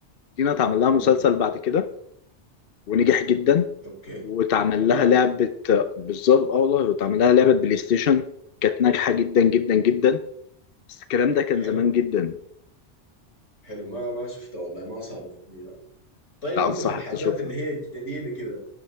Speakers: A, on the left; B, on the left.
A: زينة اتعمل لها
B: امم
A: مسلسل بعد كده ونجح جدا
B: اوكي
A: واتعمل
B: والله
A: لها لعبة بالظبط اه والله اتعمل لها لعبة بلاي ستيشن كانت ناجحة جدا جدا جدا بس الكلام ده كان
B: حلو
A: زمان جدا
B: حلو ما ما شفتها والله ما صادفتني يعني. طيب
A: لا
B: انت
A: انصحك
B: في الحاجات
A: تشوفها
B: اللي هي جديده كده